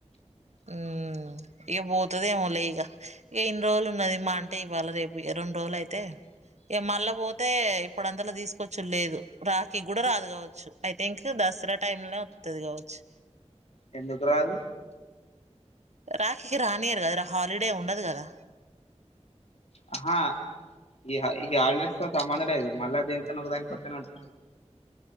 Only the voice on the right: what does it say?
మ్మ్ ఇగ పోతదెమోలే ఇగ ఇన్ని రోలు ఉన్నది మా అంటే ఇవ్వాల రేపు ఇగ రెండ్ రోల్ అయితే ఇగ మళ్ళ పోతే ఇప్పుడంతలో తీస్కొచ్చుడ్ లేదు రాఖీ కుడా రాదు కావచ్చు ఐ థింక్ దసర టైమ్ లో వత్తది కావచ్చు
రాఖికి రానియర్ కదరా హాలిడే ఉండద్ కదా